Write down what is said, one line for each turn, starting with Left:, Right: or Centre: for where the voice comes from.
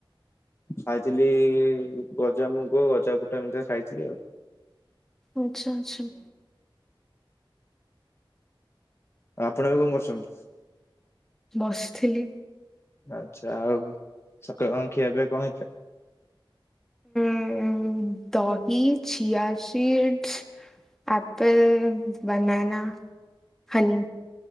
Left: ଖାଇଥିଲି ଗଜାମୁଗ, ଗଜାବୁଟ ଏମିତିଆ ଖାଇଥିଲି ଆଉ।
Centre: ଆଛା ଆଛା।
Left: ଆଉ ଆପଣ ଏବେ କଣ କରୁଛନ୍ତି।
Centre: ବସିଥିଲି।
Left: ଆଛା ଆଉ ସକାଳ କଣ ଖିଆପିଆ କଣ ହେଇଥିଲା?
Centre: ଉ- ଦହି ଚିଆଶୀଡ୍, ଆପ ଆପେଲ, ବନାନା, ହନି।